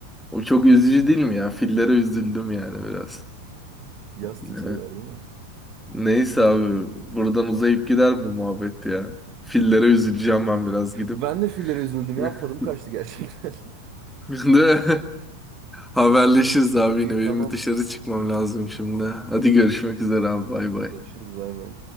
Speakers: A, in the centre; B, on the right (about 40°).
A: O çok üzücü değil mi ya? Fillere üzüldüm yani biraz.
B: yas tutuyorlar
A: Evet.
B: değil mi?
A: Neyse abi buradan uzayıp gider bu muhabbet ya. Fillere üzüleceğim ben biraz gidip.
B: Ben de fillere üzüldüm
A: <laughs>
B: ya tadım kaçtı gerçekten.
A: Şimdi <laughs> haberleşiriz abi
B: <laughs> İyi
A: yine benim
B: tamam.
A: bir dışarı çıkmam lazım şimdi. Hadi görüşmek üzere abi bay bay.
B: Görüşürüz bay bay.